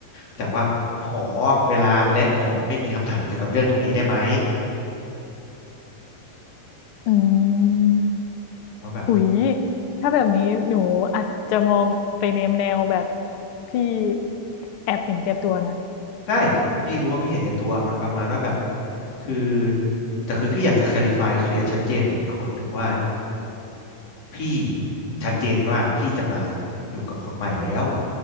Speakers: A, on the left (about 50°); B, on the left (about 85°).
A: แต่ว่าขอเวลาและขอไม่มีคำถามเกี่ยวกับเรื่องตรงนี้ได้ไหม
B: อืม
A: ว่าแบบ
B: หุยถ้าแบบนี้หนูอาจจะมองไปในแนวแบบพี่แอบเห็นแก่ตัวนะ
A: ใช่พี่รู้ว่าพี่เห็นแก่ตัวมันประมาณว่าแบบคือแต่คือพี่อยากจะ clarify เคลียร์ชัดเจนกับอีกคนหนึ่งว่า พี่ชัดเจนว่าพี่จะมาอยู่กับคนใหม่แล้ว